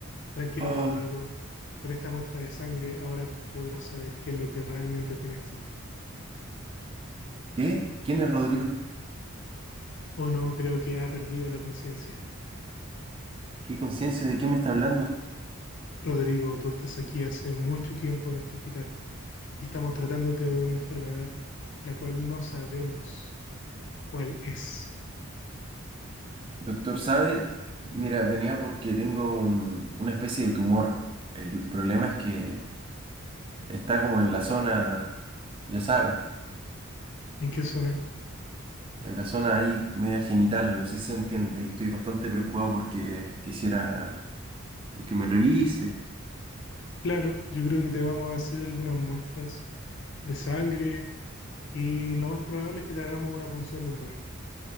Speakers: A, on the left; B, on the right.
A: Tranquilo,
B: Oh,
A: Rodrigo. Con esta muestra de sangre ahora podremos saber qué es lo que realmente tienes tú.
B: ¿qué? ¿Quién es Rodrigo?
A: O no, creo que ha perdido la conciencia.
B: ¿Qué conciencia? ¿De qué me está hablando?
A: Rodrigo, tú estás aquí hace mucho tiempo en este hospital y estamos tratándote de una enfermedad la cual no sabemos cuál es.
B: Doctor, ¿sabe? Mira, venía porque tengo un- una especie de tumor. El problema es que está como en la zona, ya sabe,
A: ¿En qué zona?
B: en la zona ahí media genital, no sé si se entiende, y estoy bastante preocupado porque quisiera que me revise
A: Claro, yo creo que te vamos a hacer algunas muestras de sangre y lo más probable es que te hagamos una punción lumbar.